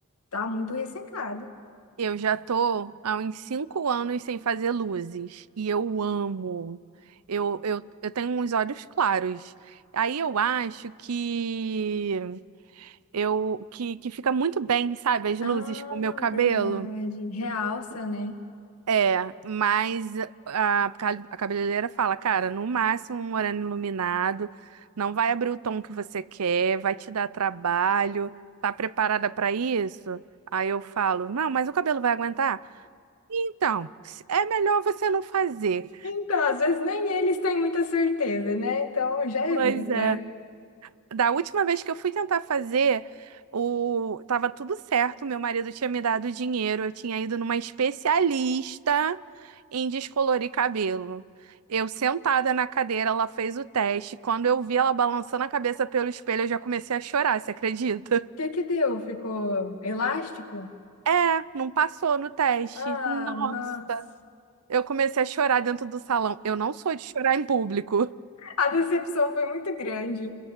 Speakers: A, on the left (about 85°); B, on the right (about 85°).
A: Tá muito ressecado.
B: Eu já tô há uns cinco anos sem fazer luzes e eu amo. Eu, eu, eu tenho uns olhos claros. Aí eu acho que eu que, que fica muito bem, sabe, as luzes
A: Ah,
B: com o meu cabelo.
A: verdade. Realça, né?
B: É, mas a, ca- a cabeleireira fala, cara, no máximo um moreno iluminado, não vai abrir o tom que você quer, vai te dar trabalho. Tá preparada para isso? Aí eu falo, não, mas o cabelo vai aguentar? Então, é melhor você não fazer.
A: Então, às vezes nem eles têm muita certeza, né? Então já
B: Pois
A: evita.
B: é.
A: O
B: Da última vez que eu fui tentar fazer, o... tava tudo certo, meu marido tinha me dado dinheiro, eu tinha ido numa especialista em descolorir cabelo. Eu sentada na cadeira, ela fez o teste. Quando eu vi ela balançando a cabeça pelo espelho, eu já comecei a chorar, você acredita? <laughs>
A: que que deu? Ficou elástico?
B: É, não passou no teste.
A: Ah,
B: Nossa,
A: nossa.
B: eu comecei a chorar dentro do salão. Eu não sou de chorar em público.
A: A decepção foi muito grande.